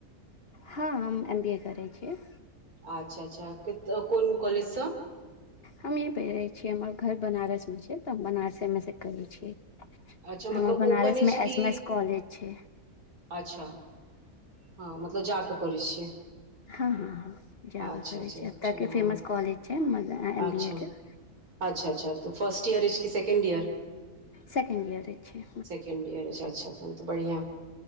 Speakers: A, on the left; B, on the right.
A: हं हम एम बी ए करै छियै
B: अच्छा अच्छा कोन कॉलेज स
A: हमही पै छियै हमर घर बनारसमे छै तऽ हम बनारसेमे सँ करै छियै
B: अच्छा
A: हमर
B: मतलब
A: बनारस
B: ओपन अछि
A: में
B: कि
A: एस एम एस कॉलेज छै
B: अच्छा हं मतलब जा कऽ करै छियै
A: हं हँ हँ जगऽ
B: अच्छा
A: करै
B: अच्छा
A: छै एतऽ
B: चलू
A: के फेमस कॉलेज छै एम
B: अच्छा
A: बी ए के
B: अच्छा अच्छा तऽ फर्स्ट इयर अछि कि सेकंड ईयर
A: सेकंड इयर छय
B: अच्छा तऽ बढ़िया